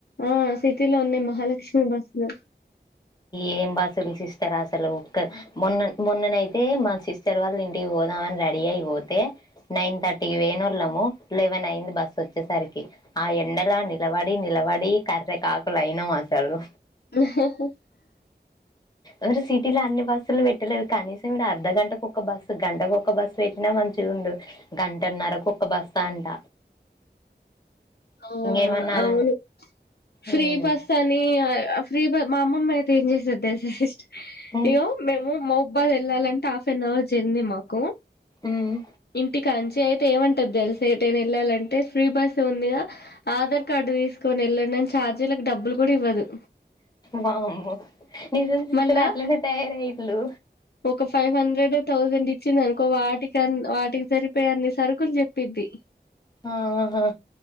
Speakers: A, on the left; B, on the left.
A: ఆ సిటీలో ఉన్నాయి మహాలక్ష్మి బస్లు
B: ఏం బస్సులు సిస్టర్ అసలు ఒక్క మొన్న మొన్ననయితే మా సిస్టర్ వాళ్ళ ఇంటికి పోదామని రెడీ అయి పోతే నైన్ థర్టీ పొయ్యినోళ్ళము లెవెన్ అయింది బస్ వచ్చేసరికి ఆ ఎండలా నిలబడి నిలబడి కర్రె కాకులు అయినాం అసలు
A: ఉహుహు
B: ఓరు సిటీలో అన్ని బస్సులు పెట్ పెట్టలేదు కనీసం ఈడ అర్ధ గంటకు ఒక్క బస్సు గంటకు ఒక్క బస్సు పెట్టినా మంచి గుండు గంటన్నరకు ఒక బస్తా అంట
A: ఆ
B: ఇంకేమన్నారా
A: అవును ఫ్రీ
B: ఉమ్
A: బస్ అని ఆ ఫ్రీ బ మా అమ్మమ్మ అయితే ఏం జేసెది దెల్సా సిస్టర్
B: ఉమ్
A: ఇయ్యో మేము మ హెబ్బాల్ ఎళ్ళాలంటే హాఫ్ అన్ అవర్ జర్నీ మాకు
B: ఉమ్
A: ఇంటికాంచే అయితే ఏమంటది దెల్సా ఎటైన ఎళ్ళాలంటే ఫ్రీ బస్ ఉందిగా ఆధార్ కార్డు తీసుకొని ఎళ్ళండని ఛార్జీలకు డబ్బులు కూడా ఇవ్వదు
B: వామ్మో నిజం సిస్టర్
A: మళ్ళా
B: అట్లనే తయారయిల్లు
A: ఒక ఫైవ్ హండ్రెడ్ థౌజండ్ ఇచ్చింది అనుకో వాటికన్ వాటికి సరిపోయే అన్ని సరుకులు చెప్పిద్ది
B: ఆహా